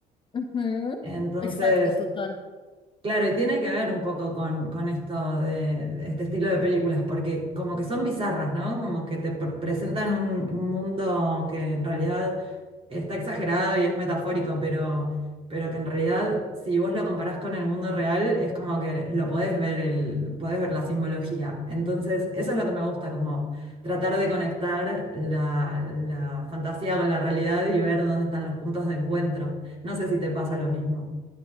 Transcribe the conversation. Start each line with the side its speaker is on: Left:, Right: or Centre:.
Left: Ujú,
Right: Entonces,
Left: Exacto, total.
Right: Claro, y tiene que ver un poco con, con esto de, de este estilo de películas, porque como que son bizarras, ¿no? Como que te pre- presentan un un mundo que en realidad está exagerado y es metafórico, pero, pero que en realidad si vos lo comparás con el mundo real, es como que lo podés ver, el, podés ver la simbología. Entonces, eso es lo que me gusta, como tratar de conectar la, la fantasía con la realidad y ver dónde están los puntos de encuentro. No sé si te pasa lo mismo.